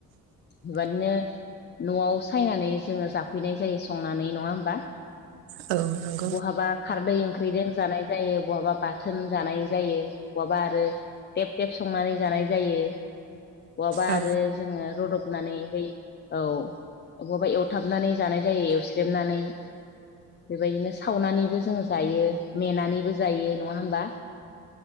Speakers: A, on the left (about 30°); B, on the right (about 85°).
A: <unintelligible> न'आव सायनानै जोङो जाफैनाय जायो संनानै नङा होमबा
B: औ औ
A: बहाबा खारदै ओंख्रिजों जानाय जायो बहाबा बाथोन जानाय जायो। बहाबा आरो टेब टेब संनानै जानाय जायो। बहाबा
B: औ
A: आरो जोङो रदब <unintelligible> औ बबबा एवथाबनानै जानाय जायो एवस्रेबनानै बेबायदिनो सावनानैबो जोंङ जायो मेनानैबो जायो नङा होमबा